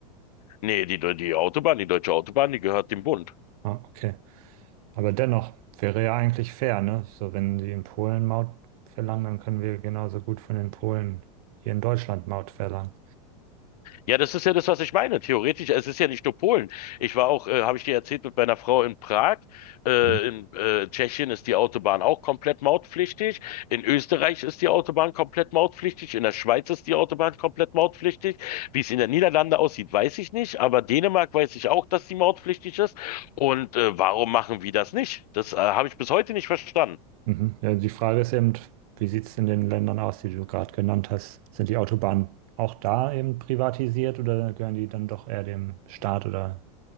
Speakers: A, on the left; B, on the right.
A: Nee, die, die Autobahn, die deutsche Autobahn, die gehört dem Bund.
B: Ah, okay. Aber dennoch wäre ja eigentlich fair, ne? So, wenn die in Polen Maut verlangen, dann können wir genauso gut von den Polen hier in Deutschland Maut verlangen.
A: Ja, das ist ja das, was ich meine. Theoretisch, es ist ja nicht nur Polen. Ich war auch, äh, habe ich dir erzählt, mit meiner Frau in Prag. Äh,
B: Mhm.
A: in äh, Tschechien ist die Autobahn auch komplett mautpflichtig. In Österreich ist die Autobahn komplett mautpflichtig. In der Schweiz ist die Autobahn komplett mautpflichtig. Wie es in den Niederlanden aussieht, weiß ich nicht. Aber Dänemark weiß ich auch, dass die mautpflichtig ist. Und äh, warum machen wir das nicht? Das äh, habe ich bis heute nicht verstanden.
B: Mhm. Ja, die Frage ist eben, wie sieht es in den Ländern aus, die du gerade genannt hast? Sind die Autobahnen auch da eben privatisiert oder gehören die dann doch eher dem Staat oder